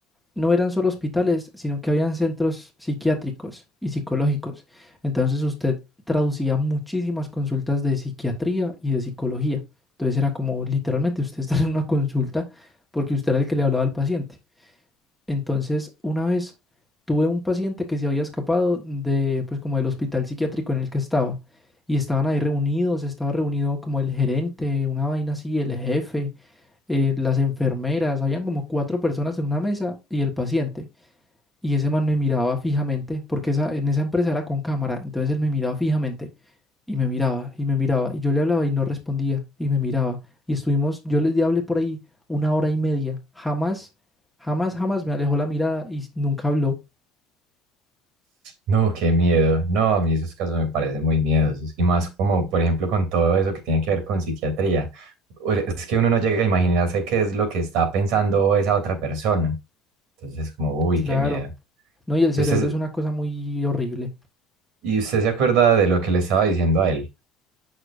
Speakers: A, in the centre; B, on the right.
A: no eran solo hospitales, sino que habían centros psiquiátricos y psicológicos. Entonces usted traducía muchísimas consultas de psiquiatría y de psicología. Entonces era como literalmente usted <laughs> estar en una consulta porque usted era el que le hablaba al paciente. Entonces, una vez tuve un paciente que se había escapado de, pues, como del hospital psiquiátrico en el que estaba. Y estaban ahí reunidos, estaba reunido como el gerente, una vaina así, el jefe, eh, las enfermeras, habían como cuatro personas en una mesa y el paciente. Y ese man me miraba fijamente, porque esa, en esa empresa era con cámara, entonces él me miraba fijamente. Y me miraba, y me miraba, y yo le hablaba y no respondía, y me miraba. Y estuvimos, yo le hablé por ahí una hora y media. Jamás, jamás, jamás me alejó la mirada y nunca habló.
B: No, qué miedo. No, a mí esos casos me parecen muy miedosos. Y más como por ejemplo con todo eso que tiene que ver con psiquiatría. O- Es que uno no llega a imaginarse qué es lo que está pensando esa otra persona. Entonces, como, uy,
A: Claro.
B: qué miedo.
A: No, y el cerebro
B: Y usted,
A: es una cosa muy horrible.
B: y usted se acuerda de lo que le estaba diciendo a él.